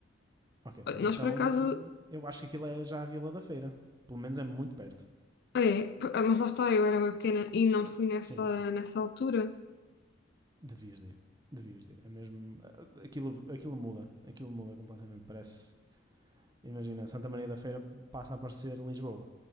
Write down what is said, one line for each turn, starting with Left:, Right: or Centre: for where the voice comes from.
Right: ok, mas
Left: Nós,
Right: então
Left: por acaso.
Right: eu acho que aquilo é já a Vila da Feira. Pelo menos é muito perto.
Left: ah, É, p- ah, mas lá está, eu era bem pequena e não fui nessa,
Right: Sim,
Left: nessa altura.
Right: devias de ir. Devias de ir. É mesmo. ah, Aquilo, aquilo muda. Aquilo muda completamente. Parece. Imagina, Santa Maria da Feira passa a parecer Lisboa,